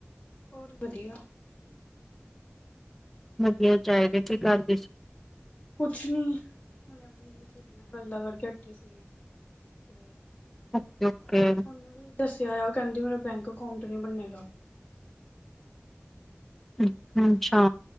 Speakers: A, on the left; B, in the centre.
A: ਹੋਰ, ਵਧੀਆ।
B: ਵਧੀਆ ਚਾਹੀਦਾ ਕੀ ਕਰਦੇ ਸੀ।
A: ਕੁਛ ਨੀ, ਉਹੁਨੇ ਆਪਣੀ ਸਹੇਲੀ ਨਾਲ ਗੱਲਾਂ ਕਰਕੇ ਹਟੀ ਸੀਗੀ ਤੇ
B: ਓਕੇ, ਓਕੇ।
A: ਉਹਨੂੰ ਵੀ ਦੱਸਿਆ ਹੋਇਆ ਉਹ ਕਹਿੰਦੀ ਮੇਰਾ ਬੈਂਕ ਅਕਾਊਂਟ ਨੀ ਬਣੇਗਾ।
B: ਅ, ਅੱਛਾ।